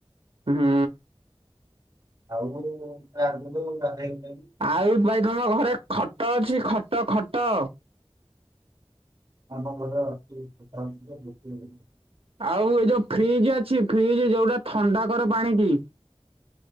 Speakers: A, on the right; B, on the right.
A: ହୁଁ।
B: ଆଉ ତାଆଗରୁ ଗାଧେଇକି
A: ଆଉ ଭାଇ ତମ ଘରେ ଖଟ ଅଛି ଖଟ ଖଟ?
B: ହଁ ଆମ ଘରେ ଅଛି ଖଟଅଛି
A: ଆଉ ଏଯୋଉ ଫ୍ରିଜ୍ ଅଛି ଫ୍ରିଜ୍ ଯୋଉଟା ଥଣ୍ଡାକରେ ପାଣିକି?